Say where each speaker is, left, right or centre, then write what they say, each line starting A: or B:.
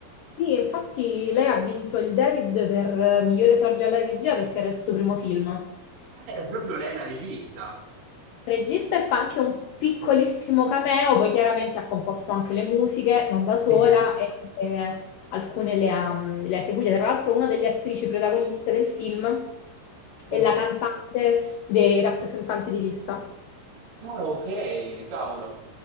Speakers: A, on the left (about 80°); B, on the right (about 55°).
A: Sì, infatti lei ha vinto il David per eh, migliore esordio alla regia perché era il suo primo film.
B: Ah, era proprio lei la regista.
A: Regista e fa anche un piccolissimo cameo, poi chiaramente ha composto anche le musiche, non da sola,
B: Mhm,
A: e anche alcune le ha, mm, le ha seguite. Tra l'altro una delle attrici protagoniste del film
B: mhm.
A: è la cantante dei rappresentanti di lista.
B: Ah, ok, cavolo.